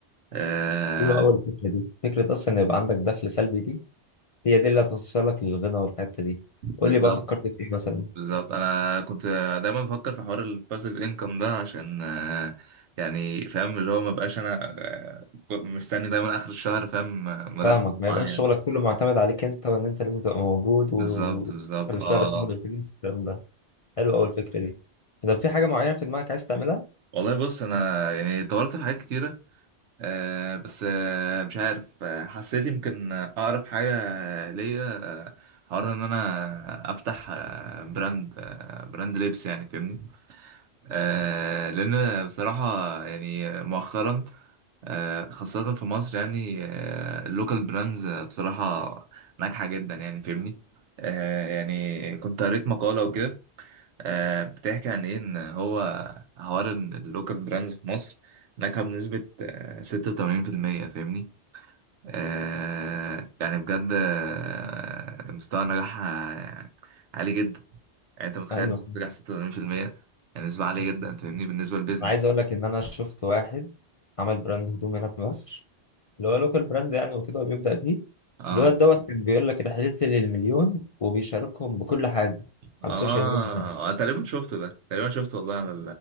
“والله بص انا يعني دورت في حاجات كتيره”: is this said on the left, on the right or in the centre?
Right